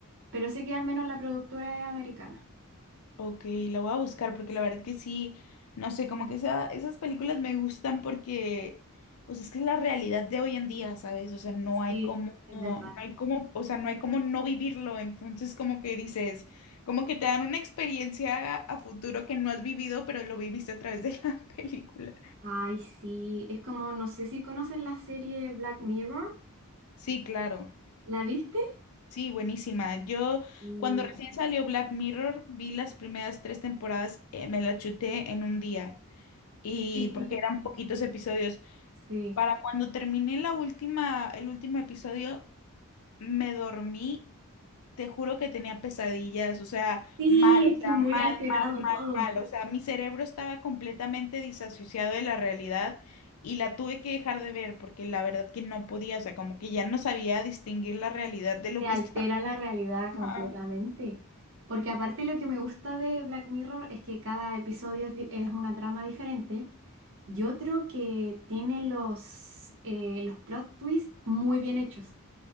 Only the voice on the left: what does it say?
Ok, la voy a buscar porque la verdad que sí, no sé, como que esa- esas películas me gustan porque, o sea, es que es la realidad de hoy en día, ¿sabes? O sea, no hay
como,
no
hay como, o sea, no hay como no vivirlo, entonces como que dices, como que te dan una experiencia a futuro que no has vivido, pero lo viviste a través de la <laughs> película.
Sí, claro.
Sí, buenísima. Yo
cuando recién salió Black Mirror, vi las primeras tres temporadas, eh, me las chuté en un día y
porque eran poquitos episodios.
Para cuando terminé la última, el último episodio, me dormí, te juro que tenía pesadillas, o sea,
mal,
o sea,
mal,
mal, mal,
mal, o sea, mi cerebro estaba completamente disasociado de la realidad y la tuve que dejar de ver porque la verdad que no podía, o sea, como que ya no sabía distinguir la realidad de lo
que
<laughs> estaba
viendo.
Ajá.